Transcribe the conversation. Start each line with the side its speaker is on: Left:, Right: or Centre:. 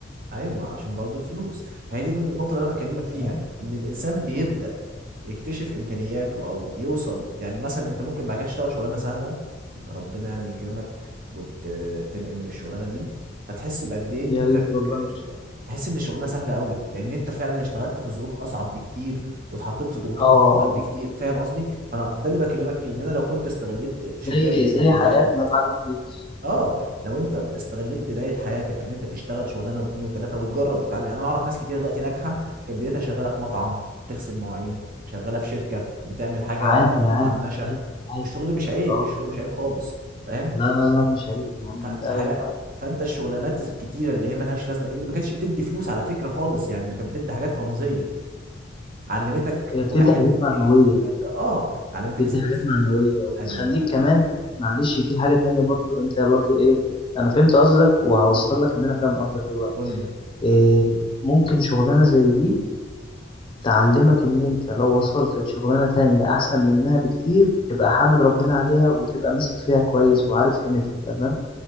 Right: ايوه ما عشان برضو الفلوس هي دي النقطه اللي انا بكلمك فيها
Left: آه،
Right: ان الانسان بيبدا يكتشف امكانياته او يوصل يعني مثلا انت ممكن بعد كده تشتغل شغلانه سهله ربنا يعني يكرمك وتنقل من الشغلانه دي فتحس بقد ايه ان
Left: يا
Right: انت
Left: ريت والله
Right: ك- تحس ان الشغلانه سهله قوي لان انت فعلا اشتغلت في ظروف اصعب بكتير واتحطيت في ضغوطات
Left: اه
Right: اكتر بكتير فاهم قصدي فانا ده اللي بكلمك فيه ان انا لو كنت استغليت
Left: زي
Right: شبابي في
Left: زي
Right: البدايه
Left: حياتنا بعد الجيش
Right: اه لو انت استغليت بدايه حياتك في ان انت تشتغل شغلانه واثنين وثلاثه وتجرب وتتعلم يعني انا اعرف ناس كتير دلوقتي ناجحه كانت بدايتها شغاله في مطعم تغسل مواعين شغاله في شركه بتعمل حاجه
Left: عادي عادي
Right: مهمشه
Left: عادي عادي
Right: الشغل مش عيب
Left: اه
Right: الشغل مش عيب خالص فاهم
Left: لا لا لا مش عيب يا عم
Right: ف- فحي...
Left: مين قال انه عيب
Right: فانت الشغلانات الكتيره اللي هي ملهاش لازمه اللي ما كانتش بتدي فلوس على فكره خالص يعني ده كانت بتدي حاجات رمزيه علمتك
Left: هي بتدي
Right: واحد
Left: حاجات
Right: واثنين
Left: معنوية
Right: وثلاثه اه علمتك
Left: بتدي
Right: ازاي
Left: حاجات معنوية وبتخليك
Right: ايوه
Left: كمان معلش في حاجة تانية برضو انت برضو ايه انا فهمت قصدك وهوصل
Right: مم.
Left: لك ان انا فاهم قصدك دلوقتي
Right: قول لي
Left: إيه ممكن شغلانة زي دي تعلمك ان انت لو وصلت لشغلانة تانية احسن منها بكتير تبقى حامد ربنا عليها وتبقى ماسك فيها كويس وعارف قيمتها تمام